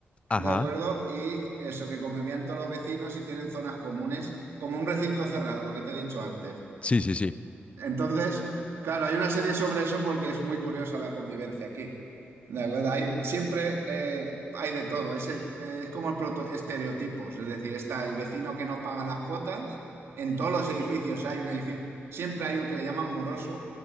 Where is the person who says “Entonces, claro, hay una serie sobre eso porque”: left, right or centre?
Right